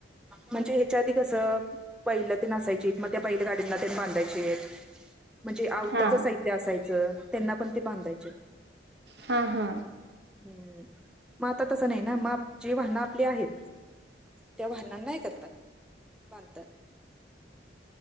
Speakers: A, in the centre; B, on the right.
A: म्हणजे ह्याच्या आधी कसं, बैल तेन असायची, मग त्या बैलगाडींना तेन बांधायचे. म्हणजे आवताचं
B: हा
A: साहित्य असायचं, त्यांना पण ते बांधायचे.
B: हा हा.
A: हम्म, मग आता तसं नाही ना, म जे वाहन आपली आहेत. त्या वाहनांना हे करतात. बांधतात.